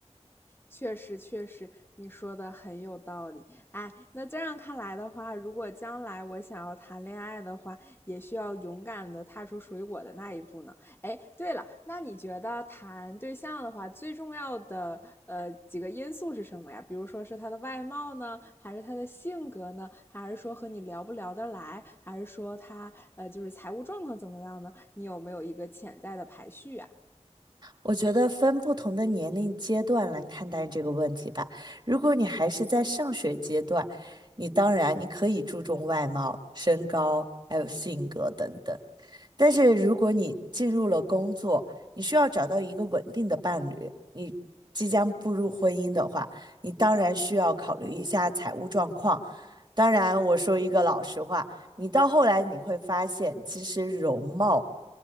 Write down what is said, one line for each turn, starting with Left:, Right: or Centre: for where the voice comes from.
Left: 确实，确实，你说的很有道理。哎，那这样看来的话，如果将来我想要谈恋爱的话，也需要勇敢的踏出属于我的那一步呢。哎，对了，那你觉得谈对象的话，最重要的呃几个因素是什么呀？比如说是他的外貌呢，还是他的性格呢，还是说和你聊不聊得来，还是说他呃就是财务状况怎么样呢？你有没有一个潜在的排序啊？
Right: 我觉得分不同的年龄阶段来看待这个问题吧。如果你还是在上学阶段，你当然你可以注重外貌、身高，还有性格等等。但是如果你进入了工作，你需要找到一个稳定的伴侣，你即将步入婚姻的话，你当然需要考虑一下财务状况。当然，我说一个老实话，你到后来你会发现，其实容貌